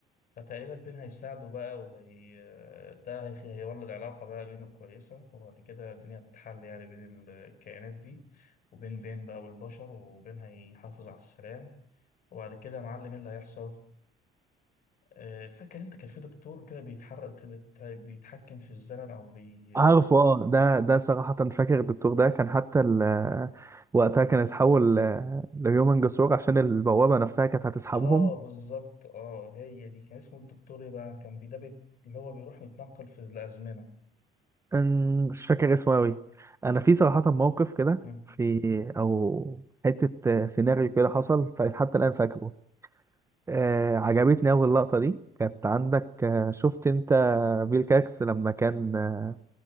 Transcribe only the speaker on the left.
فتقريبا بين هيساعده بقى وهي ده هي- هيولد علاقة بقى بينه كويسة وبعد كده الدنيا تتحل يعني بين ال- الكائنات دي وبين بين بقى والبشر وبين هيحافظ على السلام وبعد كده يا معلم ايه اللي هيحصل آه، فاكر انت كان في دكتور كده بيتحرك بت- بيتحكم في الزمن او بي
اه بالظبط اه هي دي كان اسمه الدكتور ايه بقى كان بيدبت اللي هو بيروح يتنقل في الأزمنة
مم.